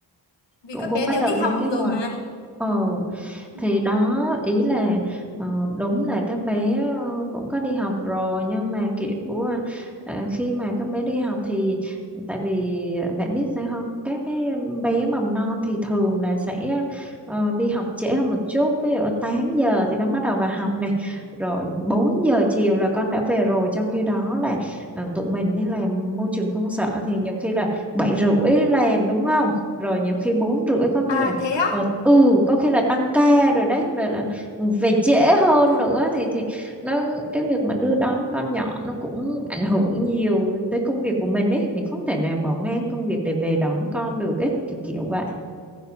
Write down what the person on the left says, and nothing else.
vì
các
bé
đều
đi
học
rồi mà
Ừm,
ừm.
à
thế á
Ờ,
ờ,